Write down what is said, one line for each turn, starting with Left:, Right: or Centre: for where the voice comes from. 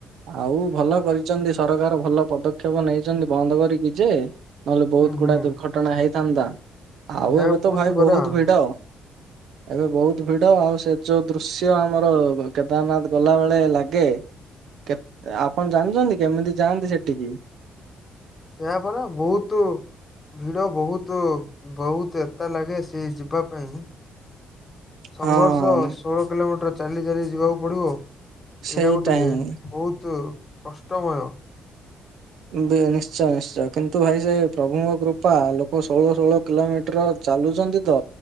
Right: ଆଉ ଭଲ କରିଛନ୍ତି ସରକାର। ଭଲ ପଦକ୍ଷେପ ନେଇଛନ୍ତି ବନ୍ଦ କରିକି ଯେ। ନହେଲେ ବହୁତ
Left: ହୁଁ
Right: ଗୁଡା
Left: ହୁଁ
Right: ଦୁର୍ଘଟଣା ହେଇଥାନ୍ତା। ଆଉ
Left: ଏହା
Right: ଏବେ
Left: କହୁଛି
Right: ତ ଭାଇ
Left: ପରା
Right: ବହୁତ ଭିଡ।
Left: <unintelligible>
Right: ଏବେ ବହୁତ ଭିଡ। ଆଉ ସେ ଯୋଉ ଦୃଶ୍ୟ ଆମର କେଦାରନାଥ୍ ଗଲା ବେଳେ ଲାଗେ। କେତ ଆପଣ ଜାଣିଛନ୍ତି। କେମିତି ଯାଆନ୍ତି ସେଠିକି।
Left: ସେୟା ପରା ବହୁତ। ଭିଡ ବହୁତ, ବହୁତ ଏକା ଲାଗେ ସେଇ ଯିବା ପାଇଁ। ସଂଘର୍ଷ
Right: ହଁ
Left: ଷୋଳ କିଲୋ ମିଟର ଚାଲି ଚାଲି ଯିବାକୁ ପଡିବ ଆଉ।
Right: ସେଇଟା
Left: ଏରା ଗୋଟେ ଯେ
Right: ହିଁ
Left: ବହୁତ କଷ୍ଟମୟ।
Right: ଭେୟା ନିଶ୍ଚୟ ନିଶ୍ଚୟ କିନ୍ତୁ ଭାଇ ସେ ପ୍ରଭୁଙ୍କ କୃ ବାପା ଲୋକ ଷୋହଳ ଷୋଳ କିଲୋମିଟର ଚାଲୁଛନ୍ତି ତ।